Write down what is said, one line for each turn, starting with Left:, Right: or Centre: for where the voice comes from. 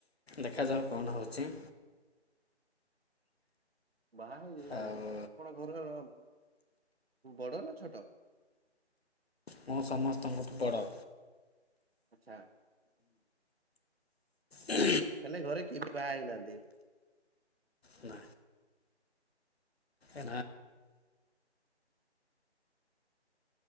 Left: ଦେଖାଯାଉ କଣ ହେଉଛି।
Right: ବାହା ହେଇଯାଇ ଆମେ
Left: ଆଉ
Right: ନା ଆପଣ ଘରର ବଡ ନା ଛୋଟ
Left: ମଁ ସମସ୍ତଙ୍କୁଠିପଡ଼
Right: ଆଚ୍ଛା।
Left: ହ
Right: ହେଲେ ଘରେ କିଏ ବି ବାହା ହେଇନାହାନ୍ତି।
Left: ନା। ଏ